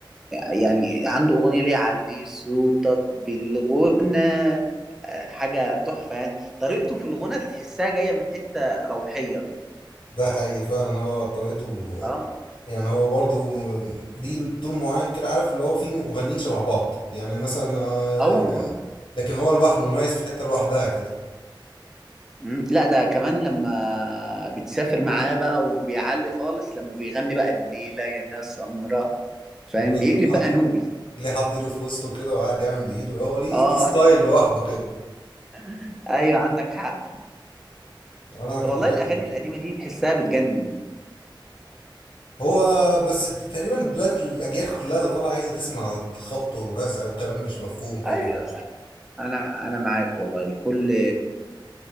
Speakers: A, in the centre; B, on the left.
A: يعني عنده اغنيه اللي هي علي صوتك بالغنى حاجه تحفه يعني طريقته في الغنى تحسها جايه من حته روحيه كده
B: ده حقيقي فعلا هو طريقته
A: اه
B: يعني هو برضو م- ليه تون معين كده عارف اللي هو فيه مغنيين شبه بعض يعني مثلا آه،
A: اه والله
B: لكن هو لوحده مميز في حته لوحدها كده
A: مم. لا ده كمان لما بتسافر معاه بقى وبيعلي خالص لما بيغني بقى الليلة يا سمرة فاهم
B: ليه
A: بيقلب
B: حط
A: بقى نوبي
B: ليه حط ايده في وسطه كده وقاعد يعمل بايده هو ليه
A: اه
B: ليه ستايل لوحده كده
A: <laughs> ايوه عندك حق
B: انا كنت
A: والله
B: بحبه
A: الاغاني
B: جدا
A: القديمة دي تحسها بتجنن
B: هو بس تقريبا دلوقتي الاجيال كلها اللي طالعه عايزه تسمع الخبط والرزع وكلام مش مفهوم كده
A: ايوه انا انا معاك والله كل